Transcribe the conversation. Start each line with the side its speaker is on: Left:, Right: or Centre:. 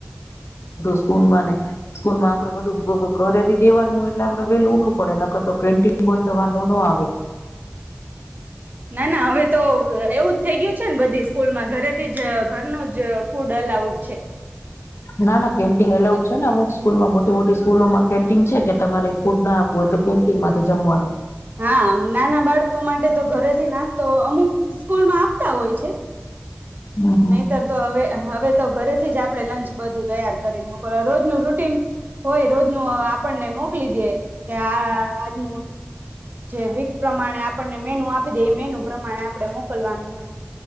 Left: ણ મને સ્કૂલમાં આપડે બધું ઘરે થી દેવાનું હોય એટલે આપડે વેલું ઉખું પડે નર તો પ્રેન્ટિંગ હોય તો વાંધો ન આવે
Right: ના ના હવે તો એવું જ થઈ ગયું છે ને બધી સ્કૂલમાં ઘરેથી જ ઘરનું જ ફૂડ અલાઉડ છે.
Left: ના ના કેમિંગ એલાઉડ
Right: એટલે
Left: છેને અમુકૂલમાં મોટી મોટી કોલોમાં પેન્ટિંગ છે કે તમારે ફૂરના <unintelligible> ટીમમાંથી જમવાનું.
Right: હા નાના બાળકો માટે તો ઘરેથી નાસ્તો અમુક સ્કૂલમાં આપતા હોય છે.
Left: હમ હમ
Right: નહીતર તો અવે હવે તો ઘરેથી જ આપણે લંચ બધું તૈયાર કરીને મોકલવા, રોજનું રૂટીન હોય રોજનું આપણને મોકલી દ્યે. કે આ આજનું જે વીક પ્રમાણે આપણને મેનુ આપી દે એ મેનુ પ્રમાણે આપણે મોકલવાનું હોય.